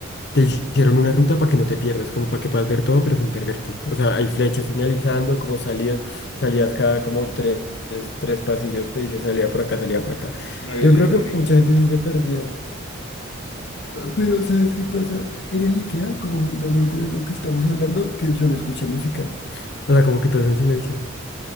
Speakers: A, on the left (about 50°); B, on the left (about 85°).
A: te hicieron una ruta para que no te pierdas, como para que puedas ver todo, pero sin perderte. O sea, hay flechas señalizando, como salidas, salidas cada como tres, tres pasillos, te dice salida por acá, salida por acá.
B: No, yo
A: Yo
B: sí
A: creo
B: me perdí.
A: que mucha gente sí se perdió. Pero ¿sabes qué pasa? En el IKEA, como juntándolo con el- lo que estamos hablando, que yo no escuché música. O sea, como que estás en silencio.